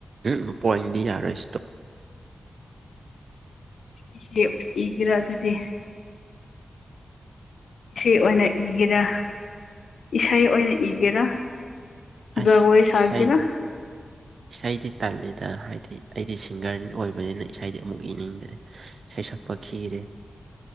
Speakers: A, on the right (about 70°); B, on the left (about 85°).
A: ꯎꯟ ꯄꯣꯏꯝꯗꯤ ꯌꯥꯔꯣꯏ ꯁꯇꯣꯛ꯫
B: ꯏꯁꯦ ꯏꯒꯦꯔꯥ ꯑꯗꯨꯗꯤ꯫ ꯏꯁꯩ ꯑꯣꯏꯅ ꯏꯒꯦꯔꯥ ꯏꯁꯩ ꯑꯣꯏꯅ ꯏꯒꯦꯔꯥ꯫
A: ꯑꯁ
B: ꯖꯒꯣꯏ ꯁꯥꯒꯦꯔꯥ
A: ꯏꯁꯩꯗꯤ꯫ ꯏꯁꯩꯗꯤ ꯇꯜꯂꯤꯗ ꯍꯥꯏꯗꯤ ꯑꯩꯗꯤ ꯁꯤꯡꯒꯔ ꯑꯣꯏꯕꯅꯤꯅ ꯏꯁꯩꯗꯤ ꯑꯃꯨꯛ ꯏꯅꯤꯡꯗ꯭ꯔꯦ꯫ ꯏꯁꯩꯁꯛꯄ ꯈꯤꯔꯦ